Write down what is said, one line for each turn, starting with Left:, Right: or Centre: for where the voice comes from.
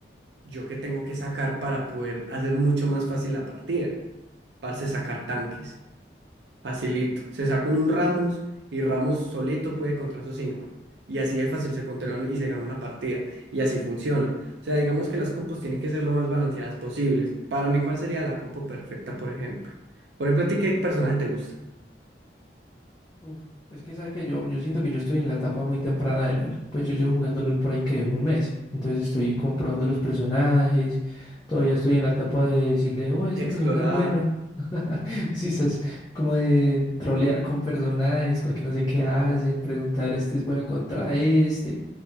Right: ¿yo qué tengo que sacar para poder hacer mucho más fácil la partida? Parce, sacar tanques. Facilito. Se saca uno un Ramos y Ramos solito puede contra sus cinco. Y así de fácil se controlan y se gana una partida. Y así funciona. O sea, digamos que las compos tienen que ser lo más balanceadas posibles. Para mí, ¿cuál sería la compo perfecta, por ejemplo? Por ejemplo, ¿a ti qué personaje te gusta?
Left: Uf, es que sabe que yo, yo siento que yo estoy en la etapa muy temprana de LOL. Pues yo llevo jugando LOL por ahí que un mes. Entonces estoy comprobando los personajes. Todavía estoy en la etapa de decirle, oh, este
Right: Explorar,
Left: personaje es bueno. <laughs> Sí, esas como de trolear con personajes porque no sé qué hacen, preguntar, este es bueno contra este.